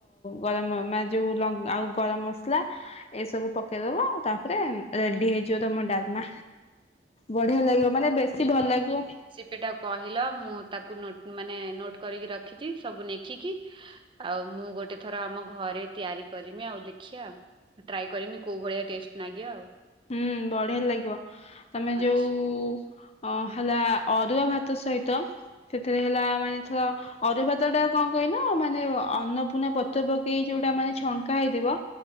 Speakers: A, on the left (about 35°); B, on the right (about 30°).
A: ଗରମ ମାନେ ଯଉ ଲ ଆଉ ଗରମ ମସଲା ଏସବୁ ପକେଇଦବ ତାପରେ ରେଡି ହେଇଯିବ ତମ ଡାଲମା। ବଢିଆ ଲାଗିବ ମାନେ ବେଶୀ ଭଲ ଲାଗିବ
B: ସେଟା କହିଲ ମୁଁ ତାକୁ ନୋ ମାନେ ନୋଟ କରିକି ରଖିଛି ସବୁ ନେଖିକି ଆଉ ମୁଁ ଗୋଟେ ଥର ଆମ ଘରେ ତିଆରି କରିମି ଆଉ ଦେଖିଆ। ଟ୍ରାଏ କରିମି କୋଉ ଭଳିଆ ଟେଷ୍ଟ ଲାଗିିବ ଆଉ।
A: ହୁଁ ବଢିଆ ଲାଗିବ ତମେ
B: ଆଚ୍ଛା,
A: ଯୋଉ ଅ ହେଲା ଅରୁୁଆ ଭାତ ସହିତ ସେଥିରେ ହେଲା ମାନେଥ ଅରୁପାତ ଟା କଣ କହିଲ ମାନେ ଅନ୍ନପୂର୍ଣ୍ଣା ପତ୍ର ପକେଇ ଯୋଉଟା ମାନେ ଛଙ୍କା ହେଇଥିବ।